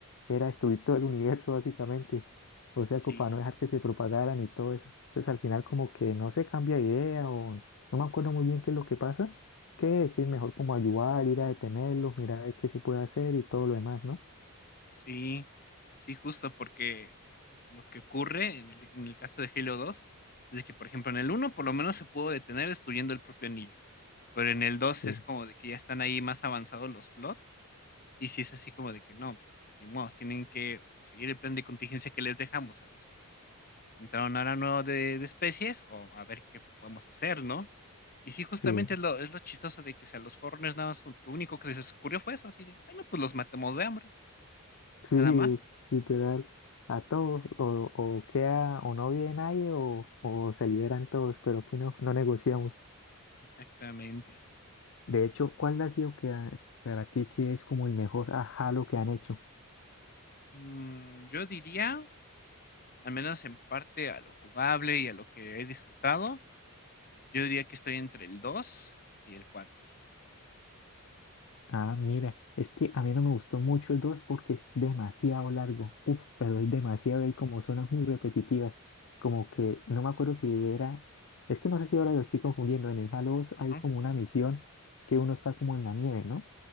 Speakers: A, on the left; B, on the left.
A: era destruir todo el universo básicamente, o sea, como
B: Sí.
A: para no dejar que se propagaran y todo eso. Entonces al final como que no se cambia de idea o no me acuerdo muy bien qué es lo que pasa, que sí, mejor como ayudar, ir a detenerlos, mirar a ver qué se puede hacer y todo lo demás, ¿no?
B: Sí, sí, justo porque ju- lo que ocurre en el, en el caso de Halo 2 es que, por ejemplo, en el uno por lo menos se pudo detener destruyendo el propio anillo, pero en el dos
A: Sí,
B: es como de que ya están ahí más avanzados los flot y si es así como de que no, pues ni modo, tienen que o seguir el plan de contingencia que les dejamos a los que entraron ahora nuevo de, de especies o a ver qué podemos hacer, ¿no? Y sí, justamente
A: sí.
B: es
A: <laughs>
B: lo, es lo chistoso de que si a los Foreigners nada más lo único que se les ocurrió fue eso, así de, bueno, pues los matamos de hambre,
A: Sí,
B: nada más.
A: literal, a todos, o, o queda, o no vive nadie, o, o se liberan todos, pero aquí no, no negociamos.
B: Exactamente.
A: De hecho, ¿cuál ha sido que a- para ti que es como el mejor ajá lo que han hecho?
B: Mm, yo diría, al menos en parte a lo jugable y a lo que he disfrutado, yo diría que estoy entre el 2 y el 4.
A: Ah, mira, es que a mí no me gustó mucho el 2 porque es demasiado largo. Uf, pero es demasiado y hay como zonas muy repetitivas. Como que no me acuerdo si era. Es que no sé si ahora lo estoy confundiendo. En el Halo 2
B: Ajá.
A: hay como una misión que uno está como en la nieve, ¿no?